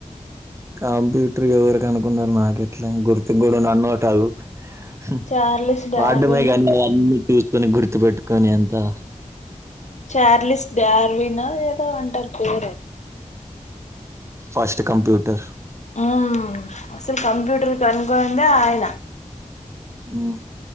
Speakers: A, on the right; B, on the left.
A: కంప్యూటర్ ఎవరు కనుకున్నారు నాకెట్లా గుర్తుం గూడా అన్నోటాదు. హు
B: చార్లిస్ డార్విన్
A: వాడ్డమే గాని అవన్నీ చూసుకొని గుర్తు పెట్టుకునే అంతా.
B: చార్లిస్ డార్వినో ఏదో అంటారు పేరు.
A: ఫస్ట్ కంప్యూటర్
B: ఊ అసలు కంప్యూటర్ కనుగొనిందే ఆయనా.
A: మ్మ్.